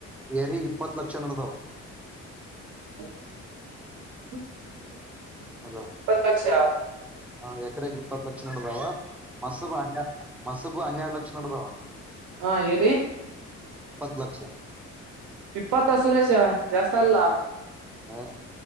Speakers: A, in the centre; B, on the right.
A: ರಿ ಇಪ್ಪತ್ತು ಲಕ್ಷ ನಡೆತವು
B: <unintelligible>
A: ಅಲ್ಲ
B: ಇಪ್ಪತ್ ಲಕ್ಷ
A: ಹ ಎಕರೆಗೆ ಇಪ್ಪತ್ ಲಕ್ಷ ನಡದಾವ ಮಸ್ <unintelligible> ಮಸಬು ಹನ್ನೆರಡು ಲಕ್ಷ ನಡದ
B: ಹಾ ಎರಿ
A: ಇಪ್ಪತ್ ಲಕ್ಷ
B: ಇಪ್ಪತ್ತ ಸುರೇಶ ಜಾಸ್ತಿ ಅಲ್ಲ
A: ಹಾ